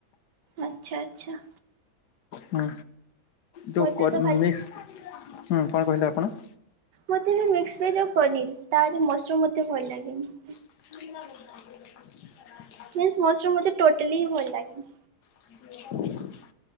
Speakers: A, on the right; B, on the left.
A: ଆଚ୍ଛା ଆଚ୍ଛା।
B: ହୁଁ ଡୁକ
A: ମତେ
B: କର
A: ତ ଖାଲି
B: ମିକ୍ସ ହୁଁ କଣ କହିଲେ ଆପଣ?
A: ମୋତେ ବି ମିକ୍ସ ଭେଜ୍ ଆଉ ପନିର୍ ତାର ମସରୁମ୍ ମୋତେ ଭଲ ଲାଗେନି।
B: <inaudible>
A: ମିକ୍ସ ମସ୍ରୁମ୍ ମୋତେ ଟୋଟଲି ହିଁ ଭଲ ଲାଗେନି।
B: <inaudible>